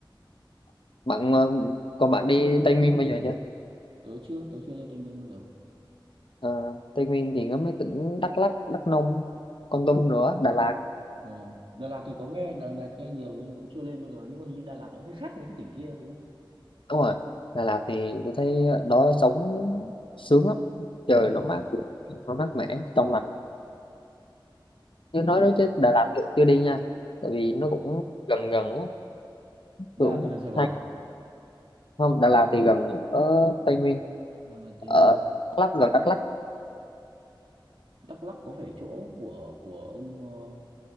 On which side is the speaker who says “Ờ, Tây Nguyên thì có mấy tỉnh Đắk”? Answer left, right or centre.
Left